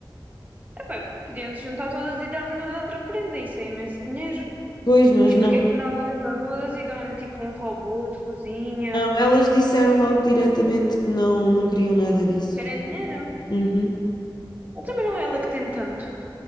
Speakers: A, on the right; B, on the left.
A: Epá, podiam se juntar todas e dar-lhe outra prenda, isso é imenso dinheiro.
B: pois, mas
A: Tipo,
B: não.
A: porque é que não se juntam todas e dão-lhe tipo um robô de cozinha?
B: Não, elas disseram logo diretamente que não, não queriam nada disso.
A: Querem dinheiro?
B: Uhum.
A: também não é ela que tem tanto.